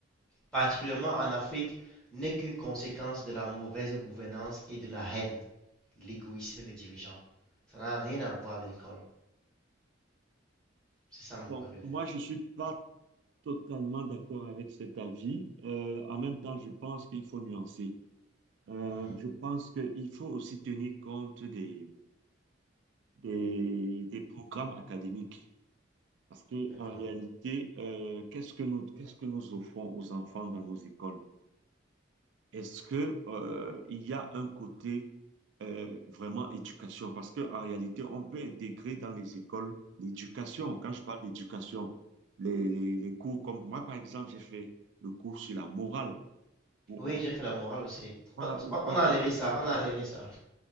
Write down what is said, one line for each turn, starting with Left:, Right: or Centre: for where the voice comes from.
Centre: particulièrement en Afrique, n'est qu'une conséquence de la mauvaise gouvernance et de la haine. l'égoïsme des dirigeants. Ça n'a rien à voir avec l'école. C'est ça
Right: Bon,
Centre: mon point de vue.
Right: moi, je ne suis pas totalement d'accord avec cet avis. Euh, en même temps, je pense qu'il faut nuancer. Euh,
Centre: Mhm.
Right: je pense qu'il faut aussi tenir compte des, des, des programmes académiques. Parce que,
Centre: D'accord.
Right: en réalité, euh, qu'est-ce que nous, qu'est-ce que nous offrons aux enfants dans nos écoles? Est-ce que, euh, il y a un côté, euh, vraiment éducation? Parce que, en réalité, on peut intégrer dans les écoles l'éducation. Quand je parle d'éducation, les, les, les cours comme, moi, par exemple, j'ai fait le cours sur la morale, où
Centre: Oui,
Right: on,
Centre: j'ai fait la morale aussi.
Right: voilà,
Centre: On,
Right: où
Centre: on- on
Right: on
Centre: a
Right: t'a
Centre: enlevé ça, on a enlevé ça.